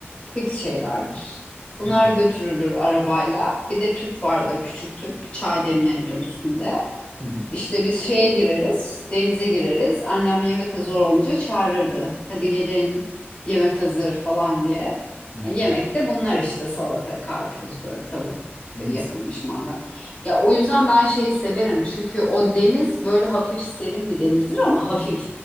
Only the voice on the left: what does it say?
Fix şeylerdir. Bunlar
götürülür arabayla. Bir de tüp vardır, küçük tüp, çay demlenir üstünde.
İşte biz şeye gireriz, denize gireriz. Annem yemek zor olunca çağırırdı. Hadi gelin yemek hazır falan diye.
Yemekte bunlar işte salata, karpuz, böyle tavuk
yapılmış mangal. Ya o yüzden ben şeyi severim. Çünkü o deniz böyle hafif serin bir denizdir ama hafif